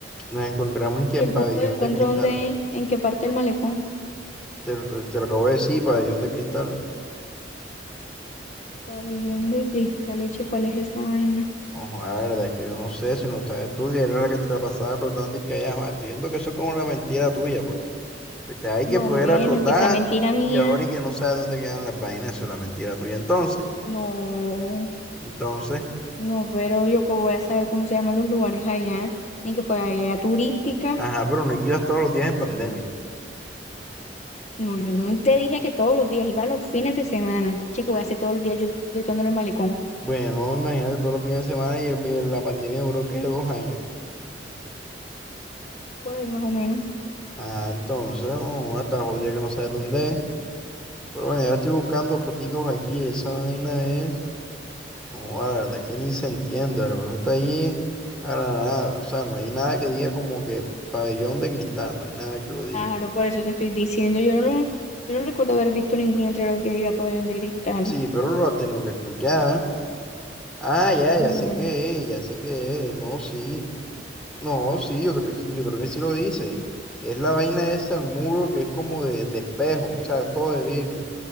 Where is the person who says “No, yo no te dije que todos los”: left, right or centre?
Left